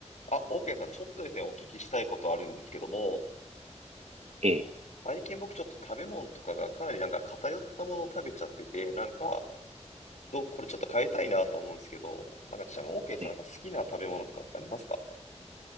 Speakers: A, on the left; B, on the right.
A: あ、OK さん、ちょっとですね、お聞きしたいことあるんですけども、
B: ええ、
A: 最近僕ちょっと食べ物とかがかなりなんか偏ったものを食べちゃってて、なんか、どう、これちょっと変えたいなと思うんですけど、なんかちなみに OK さん、
B: ええ。
A: なんか好きな食べ物とかってありますか